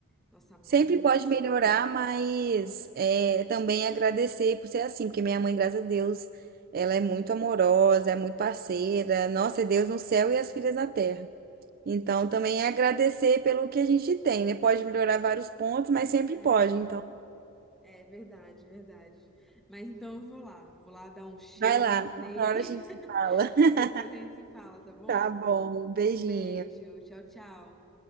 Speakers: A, in the centre; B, on the right (about 45°).
A: nossa mãe.
B: Sempre pode melhorar, mas é, também agradecer por ser assim, porque minha mãe, graças a Deus, ela é muito amorosa, é muito parceira. Nossa, é Deus no céu e as filhas na terra. Então, também é agradecer pelo que a gente tem, né? Pode melhorar vários pontos, mas sempre
A: É,
B: pode. Então,
A: é verdade, verdade. Mas então eu vou lá, vou lá dar um cheiro
B: vai lá,
A: nele
B: outra hora a gente
A: <laughs>
B: se fala. <laughs>
A: e depois a gente se fala, tá bom?
B: Tá bom, um beijinho.
A: Um beijo, tchau, tchau.